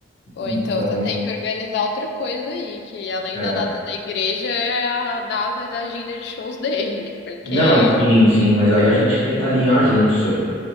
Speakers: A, on the left (about 60°); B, on the left (about 30°).
A: Ou
B: Então,
A: então você tem que organizar outra coisa aí, que além
B: é,
A: da data da igreja é a data da agenda de shows dele, porque
B: não, sim, sim, mas aí a gente tenta alinhar junto isso aí,